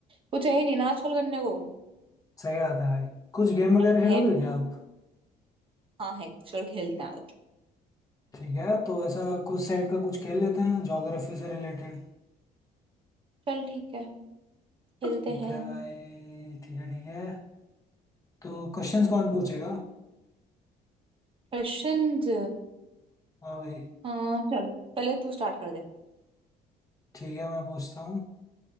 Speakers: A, on the right; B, on the left.
A: कुछ है ही नहीं ना आजकल करने को
B: सही बात है भाई कुछ गेम
A: नहीं
B: वगैरह खेलोगे
A: है मेरे
B: क्या
A: पास
B: आप
A: हाँ है चल खेलते हैं आज।
B: ठीक है तो ऐसा कुछ टाइप का कुछ खेल लेते हैं ज्योग्राफी से रिलेटेड
A: चल ठीक है खेलते
B: ठीक
A: हैं
B: है भाई ठीक है ठीक है तो क्वेश्चंस कौन पूछेगा
A: क्वेश्चंस
B: हाँ भाई
A: हाँ चल पहले तू स्टार्ट कर दे
B: ठीक है मैं पूछता हूँ